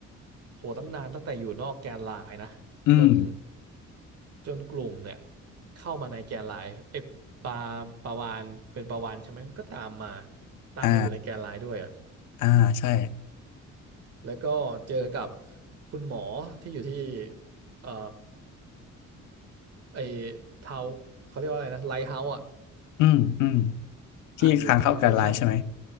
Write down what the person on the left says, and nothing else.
อืม
อ่าอ่าใช่
อืมอืมที่ค้างเข้ากันไลน์ใช่ไหม